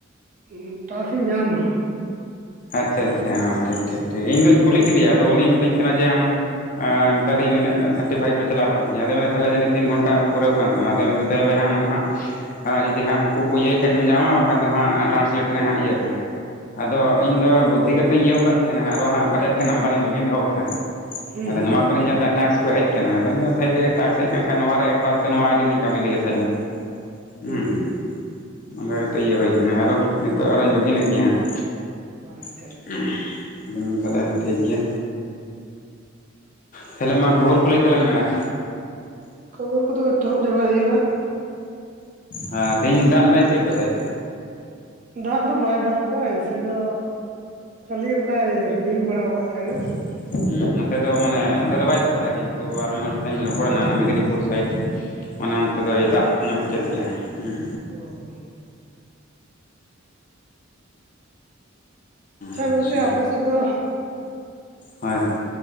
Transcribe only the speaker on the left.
ᱟᱪᱪᱷᱟ ᱟᱪᱪᱷᱟ ᱴᱷᱤᱠ ᱴᱷᱤᱠ ᱴᱷᱤᱠ ᱤᱧᱫᱩᱧ ᱠᱩᱞᱤ ᱠᱮᱫᱮᱭᱟ ᱟᱫᱚ ᱩᱱᱤᱭ ᱢᱤᱛᱟᱹᱧ ᱠᱟᱱᱟ ᱡᱮ ᱟᱢ ᱮ ᱢᱮᱛᱟᱹᱫᱤᱧᱟᱭ ᱱᱤᱱᱟᱹᱜ ᱛᱷᱟᱴᱴᱤ ᱯᱷᱟᱭᱤᱯ ᱨᱮ ᱪᱟᱣᱞᱟᱣ ᱟᱠᱟᱱ ᱛᱤᱧᱟ ᱟᱫᱚ ᱢᱮᱱ ᱮᱫᱟᱭ ᱛᱟᱦᱚᱞᱮ ᱡᱟᱹᱱᱤᱡ ᱛᱤᱱ ᱜᱷᱚᱱᱴᱟ ᱯᱩᱨᱟᱹᱣ ᱠᱟᱱ ᱛᱟᱢᱟ ᱟᱫᱚᱭ ᱢᱮᱱᱫᱟ ᱛᱟᱦᱚᱞᱮ ᱟᱢᱫᱚ ᱦᱟᱸᱜ ᱟᱨ ᱡᱩᱫᱤ ᱦᱟᱸᱜ ᱩᱱᱠᱩ ᱠᱚ ᱤᱭᱟᱹᱭ ᱠᱷᱟᱡ ᱫᱚᱢ ᱧᱟᱢᱟ ᱵᱟᱠᱷᱟᱱ ᱫᱚ ᱦᱟᱸᱜ ᱴᱨᱟᱱᱥᱞᱮᱴ ᱨᱮ ᱦᱟᱸᱜ ᱤᱭᱟᱹᱜ ᱢᱮ ᱟᱫᱚ ᱤᱧ ᱫᱚ ᱵᱩᱫᱽᱫᱷᱤ ᱠᱟᱛᱮᱧ ᱤᱭᱟᱹᱣ ᱟᱠᱟᱫ ᱛᱟᱦᱮᱱᱟ ᱟᱨᱚ ᱦᱟᱸᱜ ᱵᱟᱨᱭᱟ ᱯᱮᱭᱟ ᱱᱟᱢᱵᱟᱨᱤᱧ ᱞᱚᱜᱤᱱ ᱫᱚᱦᱚ ᱟᱠᱟᱫᱟ
ᱟᱫᱚ
ᱱᱚᱣᱟ ᱠᱚᱨᱮᱧ ᱧᱮᱞ ᱮᱫᱟ ᱴᱟᱠᱥ ᱠᱚ ᱦᱮᱡ ᱟᱠᱟᱱᱟ ᱟᱫᱚᱧ ᱢᱮᱱ ᱛᱟᱦᱚᱞᱮ ᱴᱟᱠᱥ ᱦᱮᱡ ᱟᱠᱟᱱ ᱠᱷᱟᱱ ᱱᱚᱣᱟᱨᱮ ᱟᱯᱟᱛᱚᱛᱚ ᱱᱚᱣᱟ ᱟᱭᱰᱤ ᱨᱮ ᱠᱟᱹᱢᱤ ᱞᱮᱜᱮ ᱛᱟᱦᱚᱞᱮ ᱦᱮᱸ
ᱚᱱᱠᱟ ᱠᱟᱛᱮᱜ ᱤᱭᱟᱹ ᱦᱩᱭ ᱟᱠᱟᱱᱟ ᱟᱨ ᱱᱤᱛᱚᱜ ᱟᱨᱚᱧ ᱞᱚᱜᱤᱱᱮᱫ ᱜᱮᱭᱟ ᱦᱟᱸᱜ
<unintelligible>
ᱟᱫᱟ ᱛᱟᱦᱚᱞᱮ ᱴᱷᱤᱠ ᱜᱮᱭᱟ ᱛᱟᱦᱚᱞᱮ ᱢᱟ ᱠᱷᱚᱵᱚᱨ ᱠᱚ ᱞᱟᱹᱭ ᱛᱟᱞᱟᱝ ᱢᱮ ᱟᱨ
ᱦᱮᱸ ᱛᱮᱦᱮᱧ ᱫᱟᱜ ᱞᱮᱫᱟᱭ ᱥᱮ ᱮᱯᱮᱥᱮᱡ
<unintelligible> ᱦᱩ ᱱᱚᱛᱮ ᱫᱚ ᱢᱟᱱᱮ ᱱᱚᱛᱮ ᱫᱚ ᱵᱟᱭ ᱫᱟᱜ ᱠᱟᱫᱟ ᱠᱤᱱᱛᱩ ᱟᱨ ᱢᱤᱫ ᱦᱚᱲ ᱥᱚᱛᱮ ᱤᱧ ᱨᱚᱯᱚᱲᱮᱱᱟ ᱢᱮᱫᱽᱱᱤᱯᱩᱨ ᱥᱟᱭᱤᱰ ᱚᱱᱮ ᱚᱱᱛᱮ ᱫᱚᱭ ᱫᱟᱜ ᱧᱚᱜ ᱠᱮᱫ ᱜᱮᱭᱟ ᱦᱮᱸ
ᱟᱪᱪᱷᱟ
ᱦᱳᱭ <unintelligible>